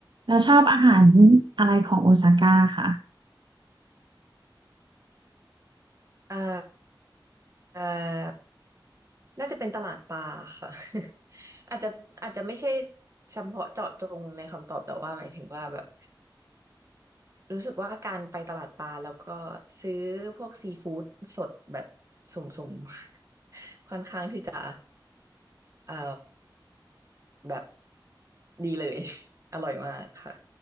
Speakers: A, on the right (about 70°); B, on the right (about 40°).
A: แล้วชอบอาหารอะไรของโอซาก้าค่ะ
B: อ่าอ่าน่าจะเป็นตลาดปลาค่ะ <laughs> อาจจะอาจจะไม่ใช่เฉพาะเจาะจงในคำตอบแต่ว่าหมายถึงว่าแบบรู้สึกว่าการไปตลาดปลาแล้วก็ซื้อพวกซีฟู้ดสดแบบสุ่มๆ <laughs> ค่อนข้างที่จะ เอ่อแบบดีเลย <laughs> อร่อยมากค่ะ